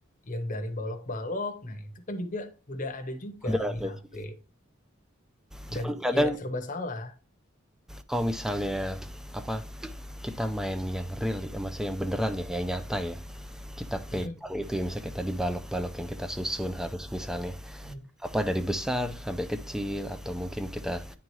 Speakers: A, on the left; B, in the centre.
A: yang dari balok-balok, nah itu kan juga udah ada juga
B: udah
A: di
B: ada
A: HP.
B: gitu. Cuman
A: Dan
B: kadang
A: ya serba salah.
B: kalau misalnya apa kita main yang real ya, maksudnya yang beneran ya, yang nyata ya. Kita
A: Mm-mm,
B: pegang itu ya, misalnya kayak tadi balok-balok yang kita susun harus misalnya
A: mm-mm,
B: apa dari besar sampai kecil atau mungkin kita